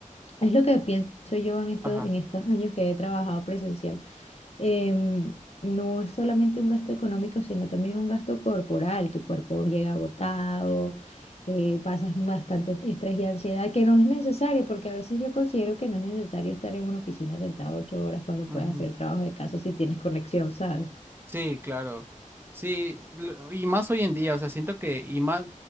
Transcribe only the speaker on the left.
es lo que pienso yo en estos,
en estos años que he trabajado presencial. Em, no es solamente un gasto económico, sino también un gasto corporal. Tu cuerpo llega agotado, eh, pasas bastante estrés y ansiedad, que no es necesario, porque a veces yo considero que no es necesario estar en una oficina sentado ocho horas cuando
puedes hacer trabajo de casa si tienes conexión, ¿sabes?